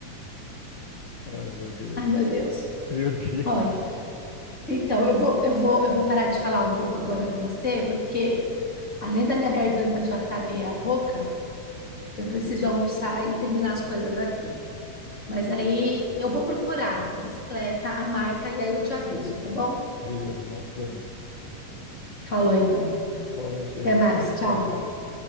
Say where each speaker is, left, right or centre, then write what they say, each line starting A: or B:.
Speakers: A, on the left (about 60°); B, on the left (about 20°).
A: Ai, meu Deus.
B: Ai, meu Deus.
A: Meu Deus.
B: Olha, então eu vou, eu vou, eu vou parar de falar um pouco agora com você, porque Além da minha garganta já estar meia rouca, eu preciso almoçar e terminar as coisas aqui. Mas aí eu vou procurar a bicicleta, a marca e aí eu te aviso, tá bom?
A: Beleza, mostra pra mim.
B: Falou então.
A: Fala, Sheila.
B: Até mais. Tchau.
A: Até mais.